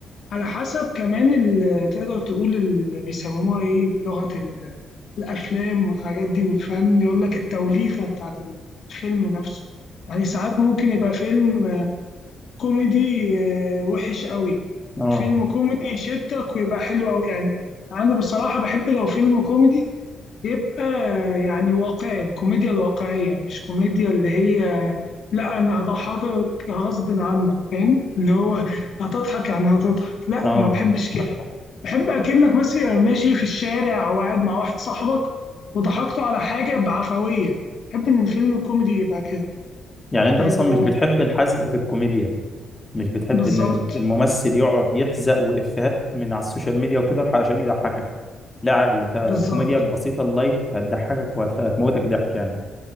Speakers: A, on the left; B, on the left.
A: على حسب كمان ال- تقدر تقول اللي بيسموها ايه بلغة ال- الافلام والحاجات دي والفن يقول لك التوليفة بتاعت الفيلم نفسه يعني ساعات ممكن يبقى فيلم كوميدي آه، وحش قوي
B: اه
A: فيلم كوميدي يشدك ويبقى حلو قوي يعني انا بصراحة بحب لو فيلم كوميدي يبقى يعني واقعي الكوميديا الواقعية مش كوميديا اللي هي لا انا هضحكك غصب عنك فاهم اللي هو هتضحك يعني هتضحك لا
B: اه
A: ما بحبش كده بحب اكنك مثلا ماشي في الشارع او قاعد مع واحد صاحبك وضحكته على حاجة بعفوية بحب ان الفيلم الكوميدي يبقى كده
B: يعني انت
A: آه
B: اصلا مش بتحب الحزق في الكوميديا مش بتحب
A: بالظبط
B: ان الممثل يقعد يحزق وافيهات من على السوشيال ميديا وكده عشان يضحكك لا عادي انت الكوميديا
A: بالظبط
B: البسيطه اللايت هتضحكك وهتموتك ضحك يعني